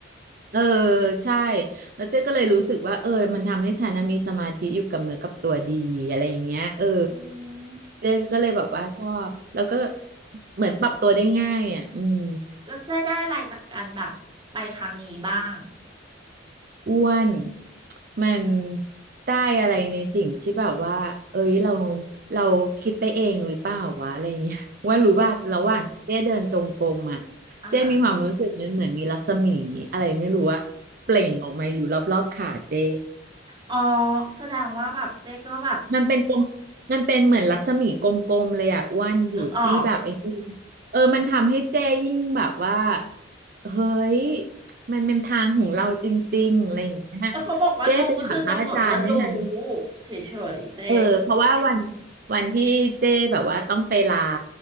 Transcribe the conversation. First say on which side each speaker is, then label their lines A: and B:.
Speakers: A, on the right; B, on the right.
A: เออใช่แล้วเจ๊ก็เลยรู้สึกว่าเออมันทำให้ฉันน่ะมีสมาธิอยู่กับเนื้อกับตัวดีอะไรอย่างเงี้ยเออ
B: อืม
A: เจ๊ก็เลยแบบว่าชอบแล้วก็เหมือนปรับตัวได้ง่ายอ่ะอืม
B: แล้วเจ๊ได้อะไรจากการแบบไปครั้งนี้บ้าง
A: อ้วนมันได้อะไรในสิ่งที่แบบว่าเอ้ยเราเราคิดไปเองหรือเปล่าวะอะไรอย่างเงี้ย <laughs> ว่ารู้ว่าระหว่างเจ๊เดินจงกรมอ่ะ
B: อ่าฮะ
A: เจ๊มีความรู้สึกมันเหมือนมีรัศมีอะไรไม่รู้อะเปล่งออกมาอยู่รอบๆขาเจ๊
B: อ๋อแสดงว่าแบบเจ๊ก็แบบ
A: มันเป็นกลมมันเป็นเหมือนรัศมีกลมๆเลยอ่ะอ้วนอยู่ที่แบบไอ้นี่
B: นึกออก
A: เออมันทำให้เจ้ยิ่งแบบว่า
B: เนอะ
A: เฮ้ยมันเป็นทางของเราจริงๆอะไรอย่างเงี้ย
B: เออเขาบอกว่ารู้ก็คือกำหนดว่ารู้
A: เจ้ไปถามพระอาจารย์ด้วยนะ
B: เฉยๆเจ๊
A: เออเพราะว่าวันวันที่เจ้แบบว่าต้องไปลา